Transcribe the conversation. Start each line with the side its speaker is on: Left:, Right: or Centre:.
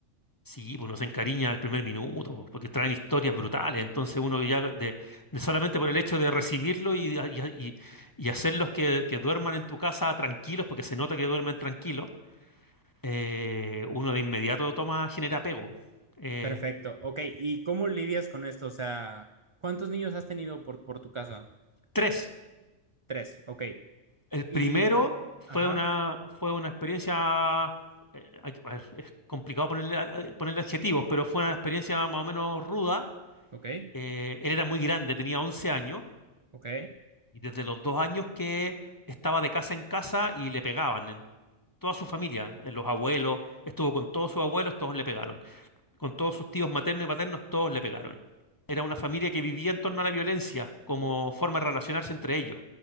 Left: Sí, pues uno se encariña al primer minuto, po, porque traen historias brutales, entonces uno ya de, de solamente por el hecho de recibirlo y, y, y- y hacerlos que, que duerman en tu casa tranquilos, porque se nota que duermen tranquilos Eh, uno de inmediato toma, genera apego. Eh,
Right: Perfecto, ok. ¿Y cómo lidias con esto? O sea, ¿cuántos niños has tenido por, por tu casa?
Left: tres.
Right: Tres, ok.
Left: El primero
Right: Y,
Left: fue
Right: ajá,
Left: una, fue una experiencia. eh, hay que- a ver, es complicado ponerle, a- eh, ponerle adjetivos, pero fue una experiencia más o menos ruda.
Right: ok,
Left: Eh, él era muy grande, tenía 11 años,
Right: ok,
Left: y desde los dos años que estaba de casa en casa y le pegaban en toda su familia, en los abuelos, estuvo con todos sus abuelos, todos le pegaron. con todos sus tíos maternos y paternos, todos le pegaron. Era una familia que vivía en torno a la violencia como forma de relacionarse entre ellos,